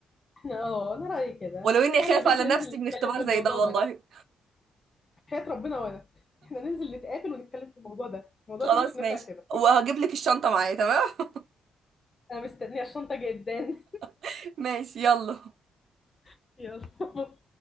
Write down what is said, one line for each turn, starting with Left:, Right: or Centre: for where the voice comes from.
Left: احنا اه انا رايي كده
Right: ولو اني
Left: تعالي
Right: خايفة
Left: يا بنتي
Right: على نفسي
Left: ننزل نتكلم
Right: من اختبار
Left: في الموضوع
Right: زي ده والله
Left: ده حياه ربنا وانا احنا ننزل نتقابل ونتكلم في الموضوع ده الموضوع
Right: خلاص
Left: ده مش نافع
Right: ماشي
Left: كده
Right: وهجيب لك الشنطة معايا تمام
Left: انا مستنيه الشنطه جدا
Right: <laughs> ماشي يلا
Left: <laughs> يلا